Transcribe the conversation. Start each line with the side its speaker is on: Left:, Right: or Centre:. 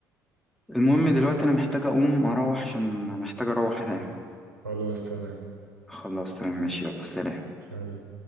Centre: المهم دلوقتي انا محتاج اقوم اروح عشان محتاج اروح انام
Right: خلاص تمام
Centre: خلاص تمام ماشي يلا سلام
Right: سلام